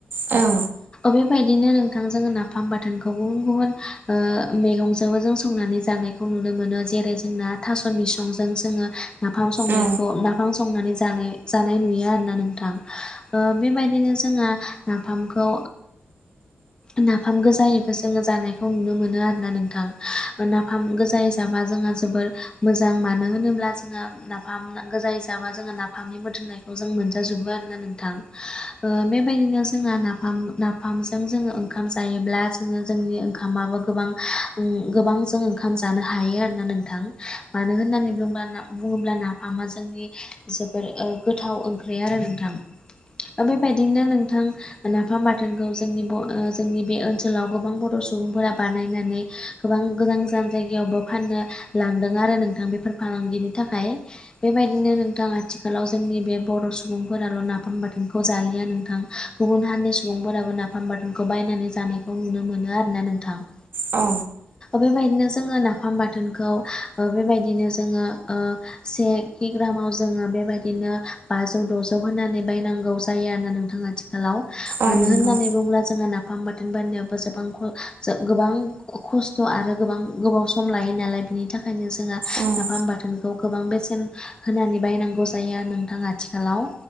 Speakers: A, on the right (about 70°); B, on the left (about 25°).
A: औ
B: बेबायदिनो नोंथांजों नाफाम बाथोनखौ गुबुन गुबुन मैगंजो जों संनानै जानाय नुनो मोनो जेरै जोंना थास' बिसंजों जोङो नाफाम संनायखौ
A: औ
B: न बिाफां संनानै जानाय जानाय नुयो आरोोना नोंथां बेबायदिनो जोंहा न नाफामखौ नाफाम गोजायैबो जोङो जानायखौ नुनो मोनो आरोना नोंथां। नाफाम गोजाय हिसाबा जोङो जोबोर मोजां मानो होनोब्ला जोङो नाफाम गोजा हिसाबा जोङो नाफामनि मोदोमनाय जों मोनजाजोबो आरोना नोंथां, बेबायदिनो जोंहा नाफाम नाफामजों जोङो ओंखाम जायोब्ला जोङो जोंनि ओंखामाबो गोबां गोबां जों ओंखाम जानो हायो आरोोना नोंथां मानो होननानै बुंबा ना बुङोब्ला नाफामा जोंनि जोबोर गोथाव ओंख्रि आरो नोंथां। बेबायदिनो नोंथां। नाफाम बाथोनखौ जोंनि जोंनि बे ओनसोलाव गोबां बर' सुबुंफोरा बानायनानै गोबां गोजान गोजान जायगायावबो फाननो लांदों आरो नोंथां बेफोर फालांगिनि थाखाय। बेबायदिनो नोंथां आथिखालाव जोंनि बे बर' सुबुंफोराल' नाफाम बाथोनखौ जालिया नोंथां। गुबुन हारिनि सुबुंफोराबो नाफाम बाराथोनखौ बायनानै जानायखौ नुनो मोनो आरोना नोंथां।
A: औ।
B: बेबायदिनो जोङो नाफाम बाथोनखौ बेबायदिनो जोङो से किग्रामाव जोङो बेबायदिनो बाजौ द'जौ होनानै बायनांगौ जायो आरोना नोंथाङा थि हेलौ
A: औ
B: मानो
A: नंगौ
B: होननानै बुङोब्ला जोङहा ना ओंफाम बाथोन बारनायावबो गोबां गोबां खस्थ' आरो गोबां गोबाव सम लायो नालाय। बिनि थाखायनो जोंहा
A: औ
B: नाफाम बाथोनखौ गोबां बेसेन होनानै बायनांगौ जायो आरो नोंथाङाथिखाल ालाव